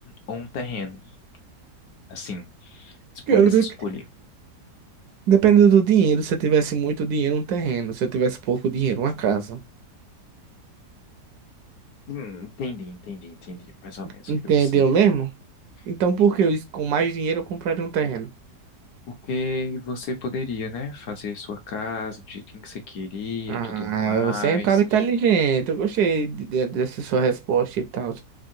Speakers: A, on the left; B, on the right.
A: ou um terreno? Assim, se pudesse
B: Cara, dep-
A: escolher.
B: Depende do dinheiro. Se eu tivesse muito dinheiro, um terreno. Se eu tivesse pouco dinheiro, uma casa.
A: Hum, entendi, entendi, entendi. Mais ou menos
B: Entendeu
A: o que você.
B: mesmo? Então,
A: Entendi.
B: por que eu, com mais dinheiro eu compraria um terreno?
A: Porque você poderia, né, fazer sua casa do jeitinho que você queria
B: Ah,
A: e tudo mais.
B: você é um cara inteligente. Eu gostei de- de- dessa sua resposta e tal.